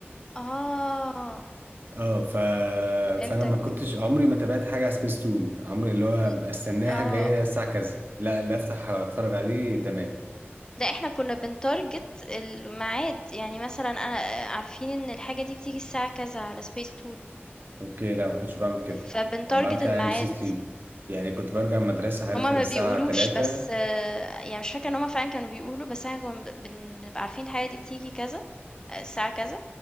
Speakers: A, on the left (about 20°); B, on the right (about 55°).
A: <laughs> اه
B: اه ف...
A: فهمتك
B: فانا ما كنتش عمري ما تابعت حاجه على سبيس تون عمري اللي هو
A: ل
B: استناها
A: آه،
B: جايه
A: آه.
B: الساعه كذا لا اللي افتح اتفرج عليه تمام
A: لأ إحنا كُنّا بنتارجت الميعاد، يعني مثلًا أنا آه، عارفين إن الحاجة دي بتيجي الساعة كذا على Space Toon،
B: اوكي لا ما كنتش بعمل كده
A: فبنتارجت
B: انا بعمل كده
A: الميعاد،
B: على ام سي 3 يعني كنت برجع من المدرسه عارف
A: هُم ما
B: ان الساعه
A: بيقولوش
B: 3
A: بس آه، يعني مش فاكرة إن هُم فعلًا كانوا بيقولوا، بس إحنا كُنّا ب بن بنبقى عارفين الحاجة دي بتيجي كذا، آه، الساعة كذا،